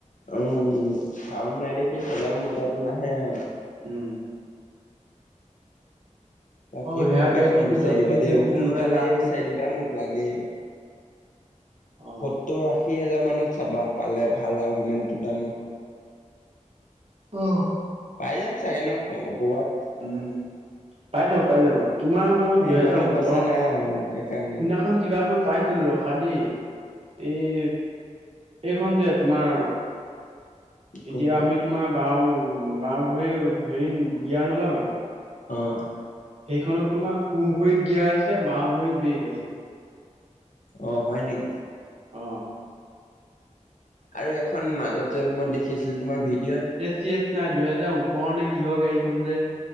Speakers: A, on the left (about 80°); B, on the right (about 50°).
A: উম চাউন নাই দেখি চলায় মজাটো নাহে আৰু
B: উম।
A: তাকে
B: অ হেয়াৰ
A: মোক
B: গাড়ীত
A: এখন
B: তুমি
A: বিচাৰি
B: ডলফিন
A: দিবা দেই
B: চলফিন
A: সোনকালে
B: লগাই লাভ
A: বিচাৰি
B: নাই।
A: দিবা মোক। লাগেই
B: অ
A: সত্তৰ আশী হাজাৰ মানত চাবা পালে ভাল আৰু সিমানটো দামত
B: অ
A: পাই যাম চাগে ন ক কৰবাত
B: উম পাই যাব পাই যাব তোমাৰ মই
A: এ
B: দুহেজাৰ
A: ইমানো
B: ওঠৰ
A: পইচা নাই আৰু সেইকাৰণে
B: খন কিবা এখন পাইছিলোঁ ৰখা দেই এই এইখন যে তোমাৰ
A: কোনখন
B: এতিয়া আমি তোমাৰ বাওঁ বাওঁ ভৰিয়ে হেৰি গিয়াৰ নলগাওঁ।
A: অহ
B: সেইখনত তোমাৰ সোঁ ভৰিত গিয়াৰ আছে বাওঁ ভৰিত বেগ আছে
A: অ হয় নেকি
B: অ
A: আৰু এখন মাজতে যে মই দেখিছিলো তোমাৰ ভিডিঅ'ত।
B: টি আছনাই দুহেজাৰ ওঠৰ নে কিহৰ গাড়ীখন যে।